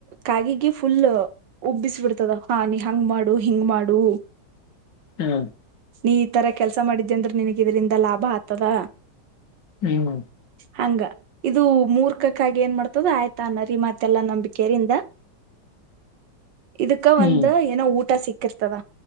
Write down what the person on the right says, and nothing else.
ಕಾಗಿಗೆ ಫುಲ್ ಉಬ್ಬಿಸ ಬಿಿಡ್ತದ ಹಾ ನೀ ಹಂಗ ಮಾಡು ಹಿಂಗ ಮಾಡು
ನೀ ಈ ತರ ಕೆಲ್ಸ ಮಾಡಿದ್ದೆ ಅಂದ್ರ ನಿನಗೆ ಇದರಿಂದ ಲಾಭ ಆತದ
ಹಂಗ ಇದು ಮೂರ್ಖಕ್ಕಾಗಿ ಏನ್ ಮಾಡ್ತದ ಆಯ್ತ ತಾನರಿ ಮತ್ತೆಲ್ಲಾ ನಂಬಿಕೆಯರಿಂದ ಇದಕ್ಕ
ಒಂದು ಏನೋ ಊಟ ಸಿಕ್ ಹಕಿರ್ತದ